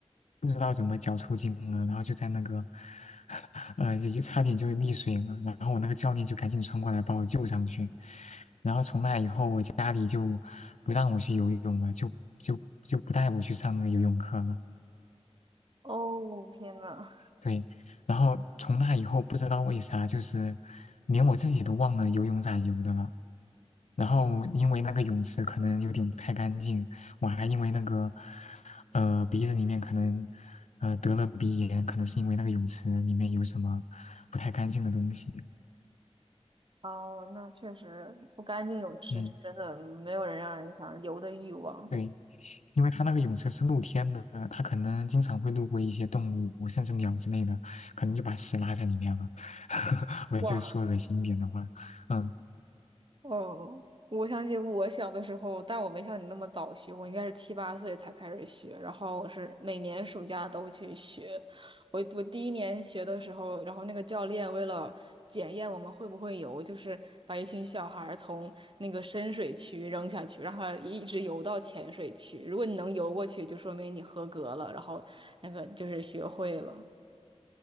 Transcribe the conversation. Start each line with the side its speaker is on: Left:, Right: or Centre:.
Left: 不知道怎么脚抽筋了，然后就在那个，<laughs> 呃，就就差点就溺水了。然后我那个教练就赶紧冲过来把我救上去。然后从那以后，我家里就不让我去游泳了，就就就不带我去上那个游泳课了。
Right: 哦，天呐，
Left: 对，然后从那以后不知道为啥，就是连我自己都忘了游泳咋游的了。然后因为那个泳池可能有点不太干净，我还因为那个呃鼻子里面可能呃得了鼻炎，可能是因为那个泳池里面有什么不太干净的东西。
Right: 哦，那确实不干净泳池，
Left: 嗯，
Right: 真的没有人让人想游的欲望。
Left: 对，因为它那个泳池是露天的，它可能经常会路过一些动物，甚至鸟之类的，可能就把屎拉在里面了。<laughs> 我就说恶心一点的话，
Right: 哇。
Left: 嗯。
Right: 哦，我想起我小的时候，但我没像你那么早学，我应该是七八岁才开始学，然后我是每年暑假都去学。我我第一年学的时候，然后那个教练为了检验我们会不会游，就是把一群小孩儿从那个深水区扔下去，让他一直游到浅水区。如果你能游过去，就说明你合格了，然后那个就是学会了，